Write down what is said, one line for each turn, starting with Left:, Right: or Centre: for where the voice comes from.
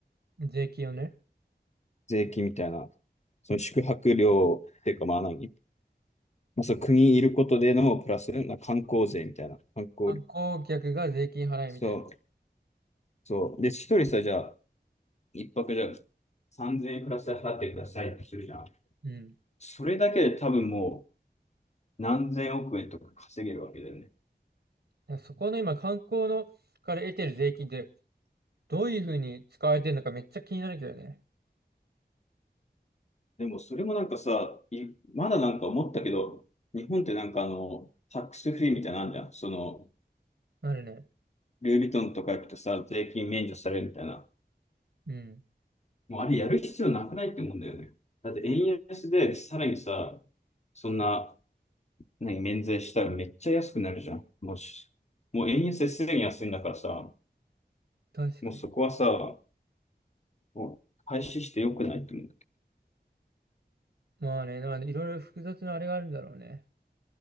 Right: 税金をね。
Left: 税金みたいな。その宿泊料っていうか、まあ何、まあ、そう、国にいることでのプラス、なんか観光税みたいな。観光、
Right: 観光客が税金払いみたいな。
Left: そう、そう。で、一人さ、じゃあ、一泊じゃあ、3000円プラスで払ってくださいってするじゃん。
Right: うん。だ
Left: それだけで多分もう何千億円とか稼げるわけだよね。
Right: からそこの今、観光のから得てる税金ってどういう風に使われてるのかめっちゃ気になるけどね。
Left: でもそれもなんかさ、いまだなんか思ったけど、日本ってなんかあの、タックスフリーみたいなのあんじゃん。その、
Right: なるね。
Left: ルイ・ヴィトンとか行くとさ、税金免除されるみたいな。
Right: うん。
Left: もうあれやる必要なくないって思うんだよね。だって円安でさらにさ、そんな、何、免税したらめっちゃ安くなるじゃん。もし、もう円安すでに安いんだからさ、
Right: 確かに。
Left: もうそこはさ、もう廃止してよくないって思うんだけ
Right: まあね、なんでいろいろ複雑なあれがあるんだろうね。